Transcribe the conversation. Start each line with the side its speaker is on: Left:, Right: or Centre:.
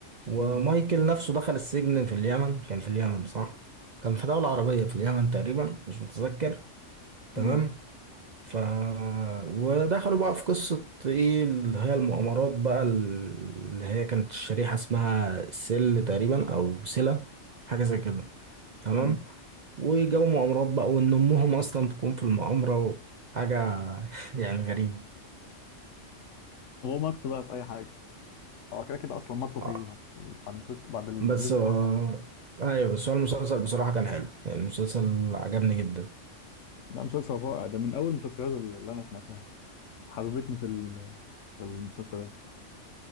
Right: ومايكل
Left: امم
Right: نفسه دخل السجن في اليمن كان في اليمن صح كان في دولة عربية في اليمن تقريبا مش متذكر تمام
Left: امم
Right: ف ودخلوا بقى في قصة ايه اللي هي المؤامرات بقى اللي هي كانت الشريحة اسمها سل تقريبا او سلة حاجة زي كده تمام
Left: أمم.
Right: وجو مؤامرات بقى وان امهم اصلا تكون في المؤامرة حاجة <laughs> يعني غريبة
Left: هو مط بقى في اي حاجه هو كده كده اصلا مطوا فيه
Right: آه،
Left: بعد المسلسل بعد الجزء
Right: بس آه،
Left: الرابع.
Right: ايوه بس هو المسلسل بصراحة كان حلو يعني المسلسل عجبني جدا
Left: لا مسلسل رائع ده من اول المسلسلات اللي انا سمعتها حببتني في ال- في المسلسلات